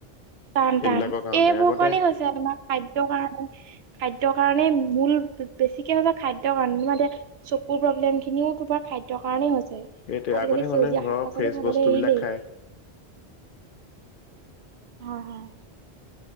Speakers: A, on the right (about 75°); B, on the left (about 60°).
A: টান-টান।
B: এইবিলাকৰ কাৰণে
A: এইবোৰ
B: আগতে
A: কাৰণে হৈছে আৰু তোমাৰ খাদ্যৰ কাৰণে। <inaudible> খাদ্যৰ কাৰণেই, মূল বেছিকে হৈছে খাদ্যৰ কাৰণে তোমাৰ এতিয়া <inaudible> চকুৰ প্ৰব্লেমখিনিও তোমাৰ খাদ্যৰ কাৰণেই হৈছে।
B: সেইটোৱে
A: <inaudible> আজিকালি
B: আগতে
A: সেউজীয়া
B: মানুহে ঘৰৰ
A: শাক-পাচলি
B: ফ্ৰেছ
A: খাবলে
B: বস্তুবিলাক
A: এৰিলেই।
B: খায়
A: <inaudible> হয়-হয়। <unintelligible>